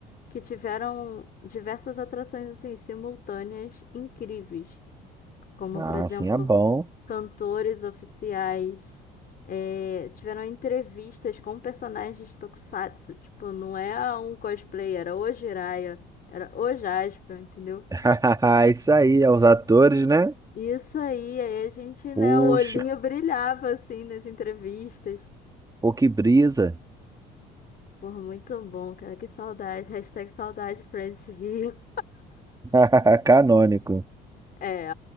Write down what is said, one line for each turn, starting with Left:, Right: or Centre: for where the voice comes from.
Left: que tiveram diversas atrações assim simultâneas incríveis, como
Right: Ah,
Left: por exemplo
Right: sim, é bom.
Left: cantores oficiais, eh, tiveram entrevistas com personagens tokusatsu, tipo não é um cosplay, era o Jiraiya, era o Jaspion, entendeu?
Right: <laughs> Isso aí, aos atores, né?
Left: Isso aí, aí a gente, né?
Right: Poxa,
Left: O olhinho brilhava assim nas entrevistas.
Right: pô, que brisa.
Left: Pô, muito bom, cara. Que saudade. Hashtag saudade Friends Rio.
Right: <laughs> Canônico.
Left: É.